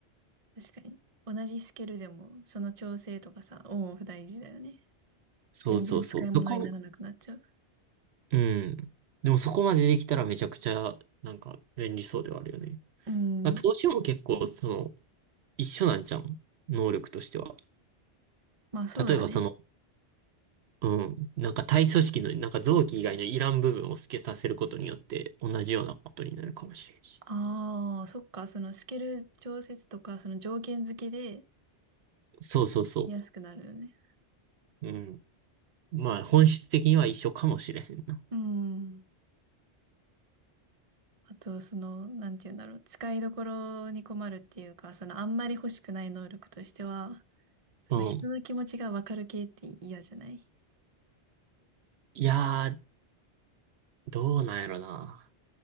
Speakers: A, on the right (about 35°); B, on the right (about 70°).
A: 確かに。同じスケールでも、その調整とかさ、オンオフ大事だよね。
B: そうそうそう。
A: 全然使い物にならなくなっちゃう。
B: そこ、うん。でもそこまでできたらめちゃくちゃ、なんか便利そうではあるよね。
A: うん。
B: まあ投資も結構、その、一緒なんちゃう能力としては。
A: まあそうだね。
B: 例えばその、うん、なんか体組織の、なんか臓器以外のいらん部分を透けさせることによって、同じようなことになるかもしれんし。
A: ああ、そっか。そのスケール調節とか、その条件付けで
B: そうそうそ
A: 安くなるよね。
B: う。うん。まあ、本質的には一緒かもしれへんな。
A: うん。あと、その、なんて言うんだろう。使いどころに困るっていうか、そのあんまり欲しくない能力としては、その人の気持ちがわかる系って嫌じゃない
B: うん。いやー、どうなんやろな。